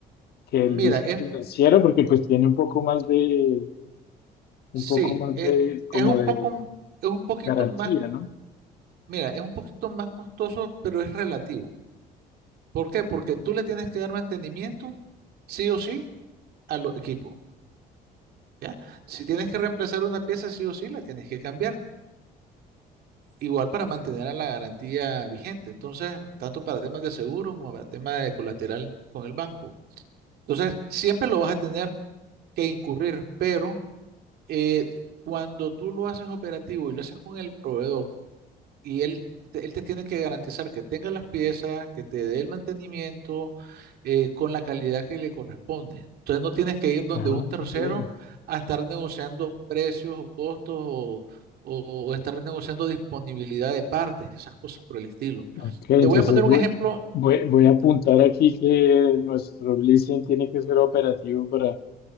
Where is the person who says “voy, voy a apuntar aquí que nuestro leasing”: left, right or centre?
Left